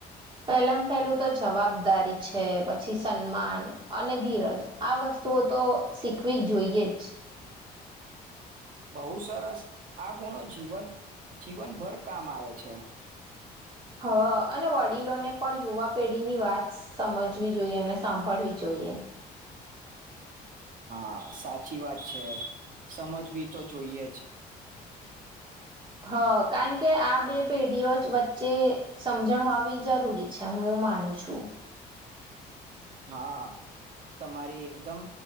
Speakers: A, on the right; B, on the right.
A: પહેલામાં પહેલું તો જવાબદારી છે પછી સન્માન અને ધીરજ આ વસ્તુઓ તો શીખવી જ જોઈએ જ
B: બહુ સરસ આ ગુણો જીવન જીવનભર કામ આવે છે.
A: હ અને વડીલોને પણ યુવા પેઢીની વાત સમજવી જોઈએ અને સાંભળવી જોઈએ.
B: હા સાચી વાત છે સમજવી તો જોઈએ જ
A: હ કારણ કે આ બે પેઢીઓ જ વચ્ચે સમજણ હોવી જરૂરી છે હું એવું માનું છું.
B: હા તમારી એકદમ